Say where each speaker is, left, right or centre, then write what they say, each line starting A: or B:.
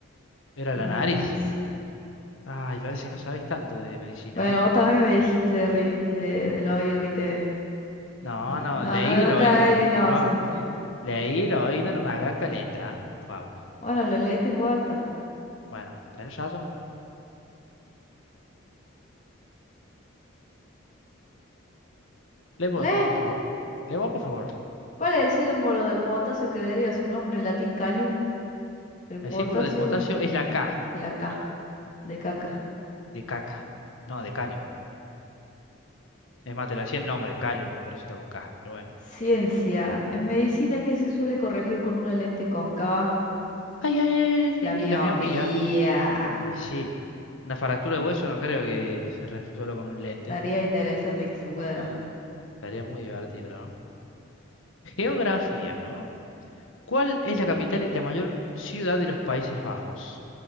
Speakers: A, on the left; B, on the left.
A: era
B: la
A: la
B: nariz.
A: nariz. Ay, parece que no sabes tanto de medicina,
B: Bueno,
A: ¿eh?
B: vos también me dijiste de rinitis de- del oído, viste.
A: No,
B: No,
A: no,
B: no,
A: leí
B: no,
A: el
B: no
A: oído.
B: te hagas el inocente.
A: No. Leí lo oído, no me haga calenta, por favor.
B: Bueno, lo leí en voz alta.
A: Bueno, tenés razón. Lee vos,
B: ¡Lee!
A: vos, por favor. Lee vos, por favor.
B: ¿Cuál es el símbolo del potasio que daría su nombre en latín calium? El
A: El
B: potasio,
A: símbolo del potasio es la K,
B: la K, de caca.
A: de caca. No, de calio. Es más, te lo hacía el nombre, calium, por eso está con K, pero bueno.
B: Ciencia. En medicina, ¿qué se suele corregir con una lente cóncava?
A: Ay, ay, ay, ay, ay,
B: La
A: ay,
B: miopía.
A: y la miopía. Y sí, una fractura de hueso no creo que se resuelva con un lente.
B: Estaría interesante que se pueda.
A: Estaría muy divertido, ¿no? Geografía, ¿no? ¿Cuál es la capital y la mayor ciudad de los Países Bajos?